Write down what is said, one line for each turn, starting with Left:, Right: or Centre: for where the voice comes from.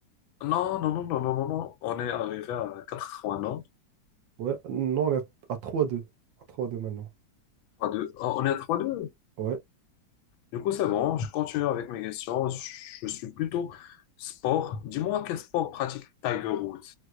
Left: Non, non, non, non, non, non, non. On est arrivé à 80 ans.
Right: Ouais, non, on est à trois deux À trois deux maintenant.
Left: 3-2. Ah, On est à 3-2.
Right: Ouais.
Left: Du coup, c'est bon. Je continue avec mes questions. Je suis plutôt sport. Dis-moi quel sport pratique Tiger Woods.